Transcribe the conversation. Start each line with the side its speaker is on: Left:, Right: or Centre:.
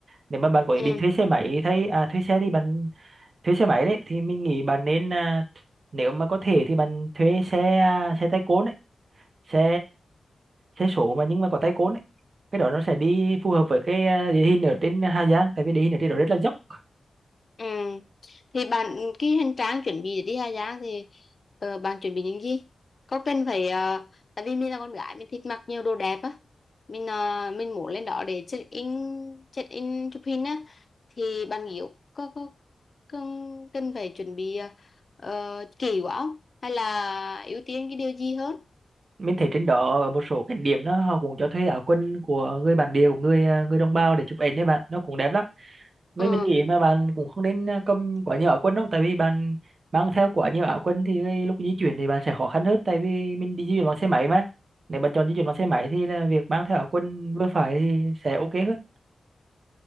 Right: nếu mà bạn có ý
Left: ừ
Right: định thuê xe máy thay à, thuê xe thì bạn thuê xe máy đấy thì mình nghĩ bạn nên à, nếu mà có thể thì bạn thuê xe à, xe tay côn đấy xe xe số mà nhưng mà có tay côn đấy cái đó nó sẽ đi phù hợp với cái à, địa hình ở trên Hà Giang tại vì địa hình ở trên đó rất là dốc
Left: Ừ. Thì bạn cái hành trang chuẩn bị để đi Hà Giang thì ờ, bạn chuẩn bị những gì? Có cần phải ờ, tại vì mình là con gái mình thích mặc nhiều đồ đẹp á. Mình ờ, mình muốn lên đó để check in check in chụp hình á thì bạn nghĩ có có cần cần phải chuẩn bị ờ, ờ, kỹ quá không? Hay là ưu tiên cái điều gì hơn?
Right: mình thấy trên đó ở một số cái điểm đó họ cũng cho thuê áo quần của người bản địa của người à, người đồng bào để chụp ảnh đấy bạn nó cũng đẹp lắm với
Left: Ừ.
Right: mình nghĩ mà bạn cũng không nên à, cầm quá nhiều áo quần đâu tại vì bạn mang theo quá nhiều áo quần thì cái lúc di chuyển thì bạn sẽ khó khăn hơn tại vì mình đi di chuyển bằng xe máy mà nếu bạn chọn di chuyển bằng xe máy thì là việc mang theo áo quần vừa phải thì sẽ ok hơn